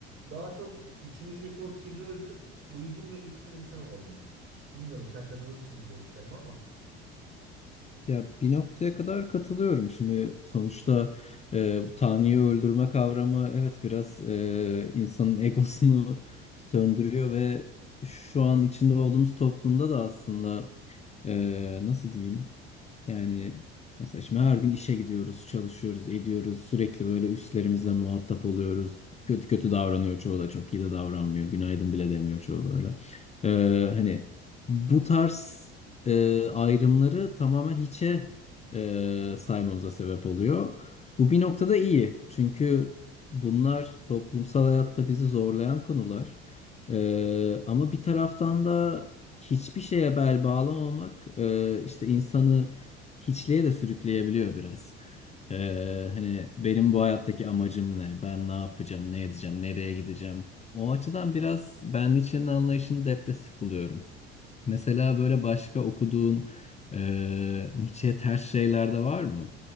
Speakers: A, on the right; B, on the left.
A: daha çok içimizdeki o kibri öldürüp uygun ve üstün insan olabilmek. Bilmiyorum sen katılır mısın bu görüşlerime ama
B: Ya bir noktaya kadar katılıyorum. Şimdi sonuçta e, bu Tanrı'yı öldürme kavramı evet biraz e, insanın egosunu söndürüyor ve şu an içinde olduğumuz toplumda da aslında ee, nasıl diyeyim? Yani mesela şimdi her gün işe gidiyoruz, çalışıyoruz, ediyoruz. Sürekli böyle üstlerimizle muhatap oluyoruz. Kötü kötü davranıyor çoğu da çok iyi de davranmıyor. Günaydın bile demiyor çoğu böyle. Ee, hani bu tarz e, ayrımları tamamen hiçe e, saymamıza sebep oluyor. Bu bir noktada iyi. Çünkü bunlar toplumsal hayatta bizi zorlayan konular. Ee, ama bir taraftan da hiçbir şeye bel bağlamamak e, işte insanı hiçliğe de sürükleyebiliyor biraz. E, hani benim bu hayattaki amacım ne? Ben ne yapacağım? Ne edeceğim? Nereye gideceğim? O açıdan biraz ben Nietzsche'nin anlayışını depresif buluyorum. Mesela böyle başka okuduğun e, Nietzsche'ye ters şeyler de var mı?